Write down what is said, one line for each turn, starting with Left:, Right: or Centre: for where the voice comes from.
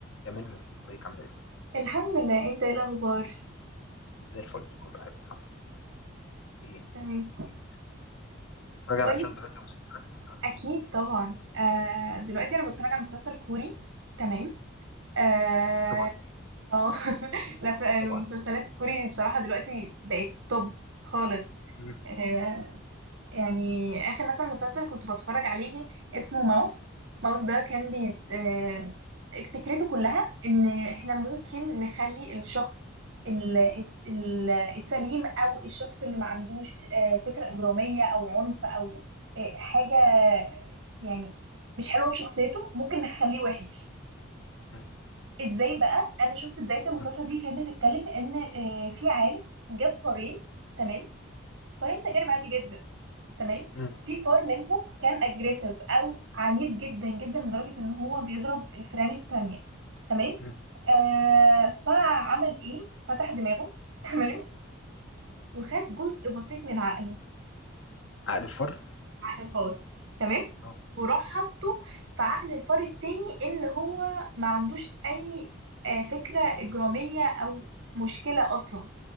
Left: يا من ازيك عامل ايه؟
Right: الحمد لله انت ايه الاخبار
Left: زي الفل كله عارف الحمد لله ايه
Right: تمام
Left: ايه الجديد؟ اتفرج على
Right: قولي
Left: افلام دلوقتي او مسلسلات؟ آه.
Right: اكيد طبعا آه دلوقتي انا بتفرج على مسلسل كوري تمام اه
Left: طبعا
Right: آه. <laughs> لا، ف- المسلسلات
Left: طبعا
Right: الكوري بصراحة دلوقتي بقت توب خالص
Left: مم.
Right: آه، يعني آخر مثلا مسلسل كنت بتفرج عليه اسمه ماوس ماوس ده كان بيت آه، فكرته كلها إن إحنا ممكن نخلي الشخص ال- ال- السليم أو الشخص اللي ما عندوش آه، فكرة إجرامية أو عنف أو آه، حاجة يعني مش حلوة في شخصيته ممكن نخليه وحش
Left: مم.
Right: إزاي بقى أنا شفت بداية المسلسل
Left: مم.
Right: دي كانت بتتكلم إن آه، في عالم جاب فارين تمام فارين تجارب عادي جدا تمام
Left: مم.
Right: في فار منهم كان اجريسيف او عنيف جدا جدا لدرجه ان هو بيضرب الفئران التانية تمام
Left: مم.
Right: آه فعمل ايه فتح دماغه تمام وخد جزء بسيط من عقله
Left: عقل الفر؟
Right: عقل الفار تمام
Left: اه
Right: وراح حطه في عقل الفار التاني اللي هو ما عندوش اي آه فكره اجراميه او مشكله اصلا